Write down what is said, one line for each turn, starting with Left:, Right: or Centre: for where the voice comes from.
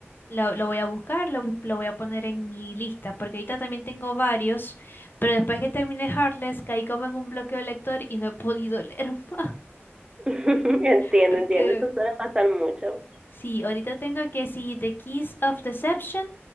Left: la- lo voy a buscar, lo, lo voy a poner en mi lista, porque ahorita también tengo varios, pero después que terminé Heartless caí como en un bloqueo de lector y no he podido leer <laughs> más,
Right: <laughs> Entiendo,
Left: porque
Right: entiendo. Eso suele pasar mucho.
Left: sí, ahorita tengo que sí, The Keys of Deception,